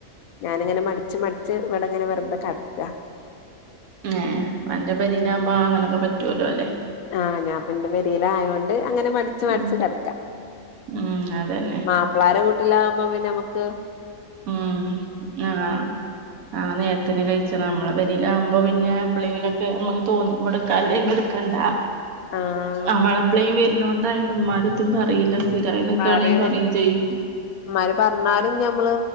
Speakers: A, on the left (about 75°); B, on the right (about 75°).
A: ഞാനങ്ങനെ മടിച്ച് മടിച്ച് വ അങ്ങനെ വരമ്പ കററ്റാ
B: ഏഹ് അവന്റെ പെരേയിലാകുമ്പോ അങ്ങനൊക്കെ പറ്റൂലോ അല്ലേ.
A: ആഹ് ഞാൻ പെന്റെ പെരേലായൊണ്ട് അങ്ങനെ മടിച്ച്
B: ഉം
A: മടിച്ച് കിടക്കാം.
B: ഉം അതന്നെ
A: മാപ്പിളാര വീട്ടിലാകുമ്പോ പിന്നമ്മുക്ക്
B: ഉം ആഹ് ആഹ് നേത്തിന് കഴിച്ചണം നമ്മളെ പെരിലാകുമ്പ അപ്പോൾ പിന്നെ എപിളെങ്കിലൊക്കെ നമുക്ക് തോന്നുമ്പ എടുക്കാല്ലേ അല്ലെങ്കി എടുക്കണ്ട.
A: ആഹ്
B: അവളെപ്പളെയും വരുണോണ്ടായോണ്ട് ഉമ്മാട്ത്തും പറയില്ല. സ്ഥിരായി നിക്കാണെങ്കി
A: പറയൂല്ല
B: പറയും ചെയ്യും.
A: ഇമ്മാര് പറഞ്ഞാലും ഞമ്മള്